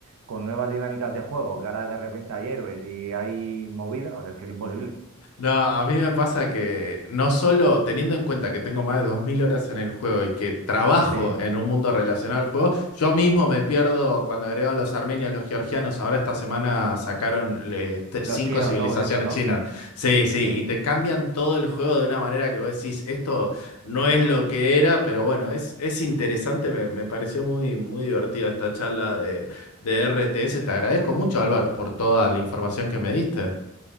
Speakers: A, on the right (about 75°); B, on the left (about 80°).
A: con nuevas dinámicas de juego, que ahora de repente hay héroes y hay movida, o sea, es que es imposible.
B: No, a mí me pasa que no solo teniendo en cuenta que tengo más de 2000 horas en el juego y que trabajo
A: Sí,
B: en un mundo relacionado al juego, yo mismo me pierdo cuando agregan los armenios, los georgianos, ahora esta semana sacaron eh, tre-
A: los
B: cinco
A: chinos
B: civilizaciones
A: nuevos esto, ¿no?
B: chinas. Sí, sí,
A: Sí.
B: y te cambian todo el juego de una manera que vos decís, esto no es lo que era, pero bueno, es, es interesante, me, me pareció muy, muy divertida esta charla de, de RTS. Te agradezco mucho, Álvaro, por toda la información que me diste.